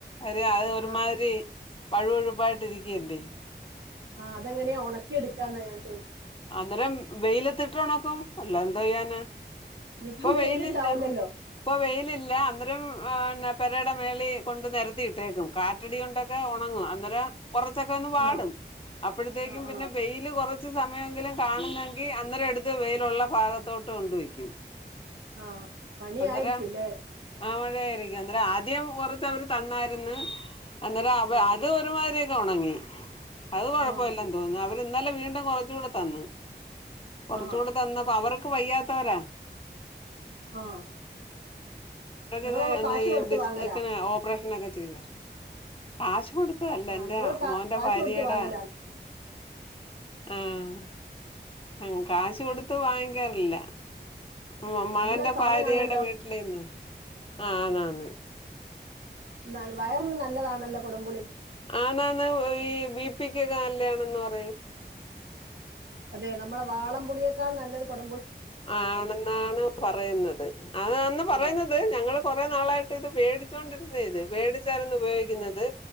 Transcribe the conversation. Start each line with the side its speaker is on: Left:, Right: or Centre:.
Left: അരെ അത് ഒരുമാതിരി
Right: ആ
Left: വഴുവൊഴുപ്പായിട്ടി രിക്കല്ലേ
Right: ആഹ് തെങ്ങനെയാ ഉണക്കിടുക്കാന്നാ ഞാൻ ചോ
Left: അന്നേരം വെയിലത്തിട്ട് ഉണക്കും അല്ല ദ്യാന
Right: ഇനിയിപ്പം
Left: ഇപ്പൊ
Right: വെയിലുണ്ടാവൂലല്ലോ
Left: വെയിലല്ല ഇപ്പൊ വെയിലില്ല അന്നരം ആ്ന്നെ പെരയുടെ മേളി കൊണ്ട് നിരത്തിയിട്ടേക്കും കാറ്റടി കൊണ്ടൊക്കെ ഉണങ്ങും അന്നേരം കൊറച്ചൊക്കെ ഒന്ന് പാടും
Right: ആഹ്
Left: അപ്പോഴത്തേക്കും
Right: ആഹ്
Left: പിന്നെ
Right: ആഹ്
Left: വെയില് കുറച്ച് സമയം കാണുന്നെങ്കിൽ അന്നേ അടുത്ത് വെയിലുള്ള ഭാഗത്തോട്ട് കൊണ്ട വയ്ക്കും
Right: ആഹ പണിായിരിക്കൂല്ലേ
Left: അന്നേരം ആ ആദ്യം കുറര് തന്നായിരുന്നു അേ
Right: ആഹ്
Left: അത് ഉണങ്ങി അത് കൊഴപ്പമല്ലാ
Right: ആഹ്
Left: തോന്നുന്നു അവര് എന്നാലും വീണ്ടും കുറച്ച കൂടെ തന്ന് കുറച്ചുകൂടെ
Right: ആഹ്
Left: തന്നപ്പോ അവർക്ക് വയ്യാത്തവരാ
Right: ആഹ്
Left: ങ്ങക്ക്
Right: ഞങ്ങളൊക്കെ
Left: ത് എന്ന
Right: കാശ്
Left: ഈ
Right: കൊടുത്ത്
Left: ഡിസ്ക്ക്
Right: വാങ്ങലാ
Left: ക്ക് ഓപ്പറേഷനൊക്കെ ചെയ്ത് ‌ല്ലേ ആശ് കൊട് ഇതല്ല
Right: ആഹ്
Left: ൻ്റെ
Right: ഞങ്ങള് കാ
Left: മോന്റെ
Right: കാശ്
Left: ഭാര്യയുടെ
Right: കൊടുത്ത് വാങ്ങലാണ്
Left: ആഹ. ആഹ കാശ് കൊടുത്ത് വാങ്ങിക്കാറില്ല. മ്
Right: ആഹ് നല്ല
Left: മകന്റെ
Right: സാധനാണല്ലോ
Left: ഫാര്യയുടെ വീട്ടിലയ്ന്ന് ആഹ ആണാന്ന്.
Right: ന്നാലും വയറിന് നല്ലതാണല്ലോ കൊടംപുളി
Left: ആണാന്ന് ഈ ബിപിക്കൊക്കെ നല്യാണന്ന് പറയും.
Right: അതെ നമ്മളെ വാളം പുളിയേക്കാൾ നല്ലത് കൊട
Left: ആണെന്നാണ് പറയുന്നത് അതാന്ന് പറയുന്നത്
Right: ആഹ്
Left: ഞങ്ങള് കൊറെ നാളായിട്ട് ഇത് വേടിച്ചോണ്ടിരുന്ന ഇത് വേടിച്ചാരുന്നു ഉപയോഗിക്കുന്നത്